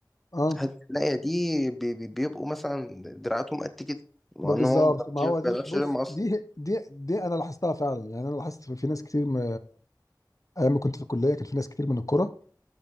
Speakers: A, on the left; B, in the centre.
A: اه
B: هتلاقي دي بي- بي- بيبقوا مثلا دراعاتهم قد كده مع
A: ما بالظبط
B: ان هو ما بيعرفش
A: ما هو
B: ما بيعرفش
A: دي بص
B: يرمي اصلا
A: دي دي دي انا لاحظتها فعلا يعني انا لاحظت في في ناس كتير م- ايام ما كنت في الكليه كان في ناس كتير من الكوره